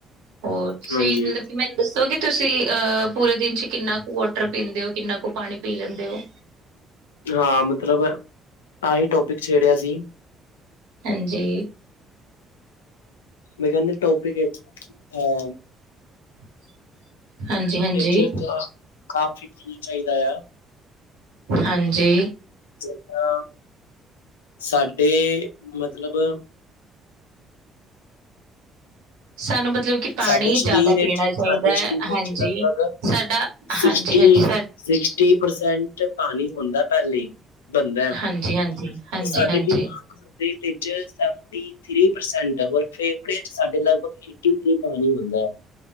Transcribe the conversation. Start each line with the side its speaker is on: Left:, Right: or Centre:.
Right: ਹੋਰ ਤੁਸੀਂ
Left: ਹਾਂਜੀ
Right: ਮਤਲਬ ਕੀ ਮੈਨੂੰ ਦੱਸੋ ਕੇ ਤੁਸੀਂ ਅਹ ਪੂਰੇ ਦਿਨ ਚ ਕਿੰਨਾ ਕੁ ਵੋਟਰ ਪੀਂਦੇ ਓਂ ਕਿੰਨਾ ਕੁ ਪਾਨੀ ਪੀ ਲੈਂਦੇ ਓ।
Left: ਹਾਂ ਮਤਲਬ, ਆਹੀ ਟੋਪਿਕ ਛੇੜਿਆ ਸੀ।
Right: ਹਾਂਜੀ।
Left: ਮੇਂ ਕੈਂਦੇ ਟੋਪਿਕ ਇਕ ਅ
Right: <inaudible> ਹਾਂਜੀ ਹਾਂਜੀ
Left: ਨੇਚਰ ਤਾਂ ਕਾਫੀ ਪੈਨਾ ਚਾਈਦਾ ਆ
Right: ਹਾਂਜੀ।
Left: ਜਿੱਦਾਂ ਸਾਡੇ ਮਤਲਬ
Right: ਸਾਨੂੰ ਬਤ ਮਤਲਬ ਕੇ ਪਾਨੀ
Left: ਸਾਡੇ ਸਰੀਰ
Right: ਜਾਦਾ ਪੀਨਾ
Left: ਵਿੱਚ
Right: ਚਾਈਦਾ
Left: ਸਾਡੇ ਸਰੀਰ
Right: ਐ ਹਾਂਜੀ
Left: ਵਿੱਚ ਲਗਭਗ
Right: ਸਾਡਾ
Left: ਸਿਕਸਟੀ
Right: ਹਾਂਜੀ-ਹਾਂਜੀ ਸਾ
Left: ਸਿਕਸਟੀ ਪਰਸੈਂਟ ਪਾਨੀ ਹੁੰਦਾ ਪੈਲੇ ਬਨਦਾ, ਤੇ
Right: ਹਾਂਜੀ ਹਾਂਜੀ ਹਾਂਜੀ
Left: ਸਾਡੇ
Right: ਹਾਂਜੀ
Left: ਦਿਮਾ <unintelligible> ਨੇਚਰ ਚ ਸੈਵਨਟੀ ਥਰੀ ਪਰਸੈਂਟ ਆ ਪਰ ਫੇਫੜੇਆਂ ਚ ਸਾਡੇ ਲਗਭਗ ਕੀ ਪਾਨੀ ਹੁੰਦਾ ਐ